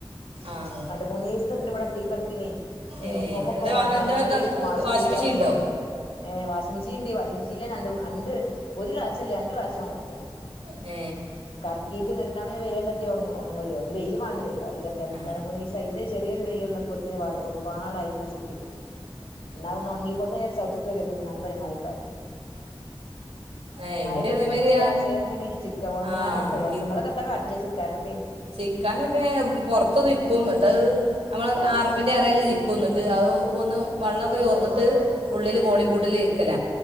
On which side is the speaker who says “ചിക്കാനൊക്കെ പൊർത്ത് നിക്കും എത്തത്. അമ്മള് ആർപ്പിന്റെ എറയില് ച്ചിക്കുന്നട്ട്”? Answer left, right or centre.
Right